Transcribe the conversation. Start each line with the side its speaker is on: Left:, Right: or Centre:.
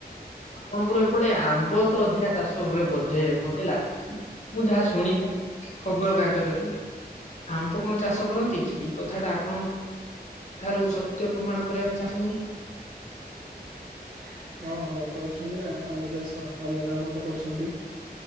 Left: ଆପଣଙ୍କର ଏପଟେ ଆମ୍ବ ତ ଅଧିକା ଚାଷ ହୁଏ ବୋଧେ ମତେ ଲାଗୁଛି ମୁଁ ଯାହା ଶୁଣି <unintelligible> ଖବର କାଗଜରେ ଆମ୍ବ କଣ ଚାଷ କରନ୍ତି କି ଏହି କଥାଟା ଆପଣଙ୍କ ଠାରୁ ସତ୍ୟ ପ୍ରମାଣ କରିବାକୁ ଚାଁହୁନ।
Right: <unintelligible> ହଁ ହଉ କରୁଛନ୍ତି ନା ଆମ୍ବ ଚାଷ ଆମ ଗାଁ ପଟ କରୁଛନ୍ତି।